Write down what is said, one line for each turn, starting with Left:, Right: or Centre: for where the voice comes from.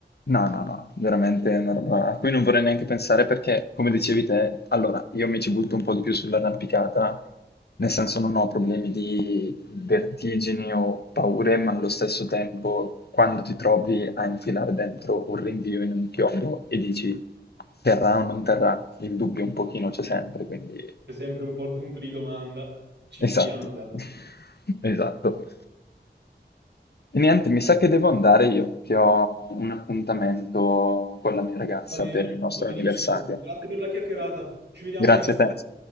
Left: No, no, no, veramente è una roba a cui non vorrei neanche pensare perché, come dicevi te, allora io mi ci butto un po' di più sull'arrampicata, nel senso non ho problemi di vertigini o paure, ma allo stesso tempo quando ti trovi a infilare dentro un rinvio in un chiodo e dici terrà o non terrà, il dubbio un pochino
Right: Eh,
Left: c'è sempre, quindi
Right: c'è sempre un po' il punto di domanda. Ci
Left: esatto,
Right: fidiamo, dai.
Left: <laughs> esatto. E niente, mi sa che devo andare io, che ho un appuntamento con la mia ragazza
Right: Va bene,
Left: per il nostro
Right: va benissimo.
Left: anniversario.
Right: Grazie per la chiacchierata. Ci vediamo
Left: Grazie
Right: presto.
Left: a te.